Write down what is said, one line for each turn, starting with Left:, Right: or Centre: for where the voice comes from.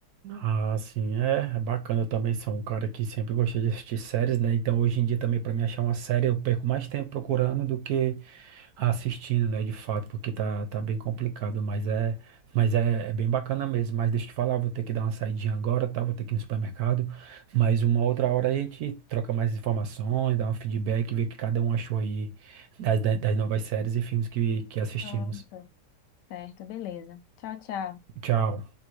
Right: Ah, sim, é, é bacana. Eu também sou um cara que sempre gostei de assistir séries, né? Então, hoje em dia, também, para me achar uma série, eu perco mais tempo procurando do que assistindo, né? De fato, porque tá, tá bem complicado. Mas é, mas é, é bem bacana mesmo. Mas deixa eu te falar, vou ter que dar uma saidinha agora, tá? Vou ter que ir no supermercado. Mas uma outra hora a gente troca mais informações, dá um feedback, vê o que cada um achou aí das, das das novas séries e filmes que, que assistimos.
Left: Pronto. Certo, beleza. Tchau, tchau.
Right: Tchau.